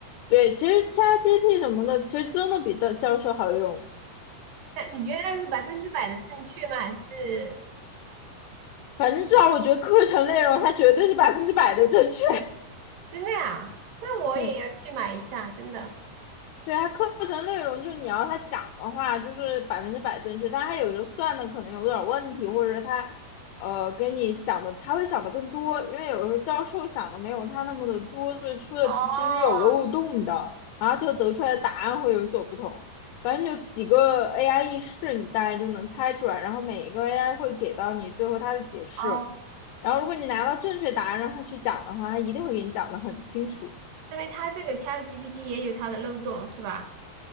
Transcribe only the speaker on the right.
那你觉得那是百分之百的正确吗？还是
真的呀？那我也要去买一下，
真的。
哦
哦，
说明它这个 ChatGPT 也有它的漏洞是吧？